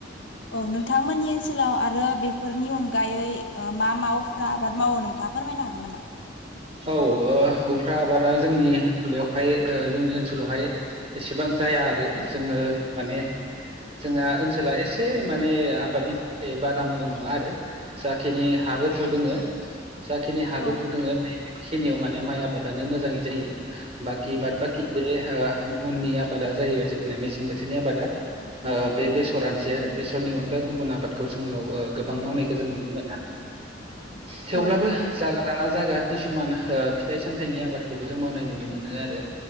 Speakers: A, on the left; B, on the right.
A: औ नोंथांमोननि ओनसोलाव आरो बेफोरनि अनगायै ओ मा मावाफ्रा आबाद मावो नों थाङा फोरमायनो हागोन नामा?
B: औ ओ उफ्रा आबादा जोंनि बेवहाय जोंनि ओनसोलावहाय एसेबां जाया आरो जोङो माने जोंना ओनसोला एसे माने आबादनि थाखाय बारा मोजां नङा आरो। जाखिनि हा गोथौ दोङो जाखिनि हागो
A: औ
B: थुदोङो बेखिनियाव माने माइ आबादानो मोजाङै जायो। बाखि बाद बाखि बे ओ उननि आबादा जाहैबाय जोंनाया मेसें बोथोरनि आबादा। ओ बे बेसरानोसै आरो बेसरनि अनगा गुबुन आबादखौ जोंनियाव गोबां मावनायखौ जों नुनो मोना।
A: <inaudible>
B: थेवब्लाबो
A: औ
B: जागा लाना जागा किसुमान ओ फिथाइ सामथाइनि आबादखौबो जों मावनाय नुनो मोनो आरो